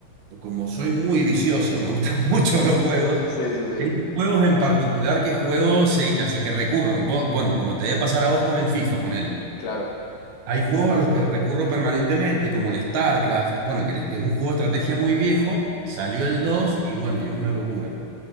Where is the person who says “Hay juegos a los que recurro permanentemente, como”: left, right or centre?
Right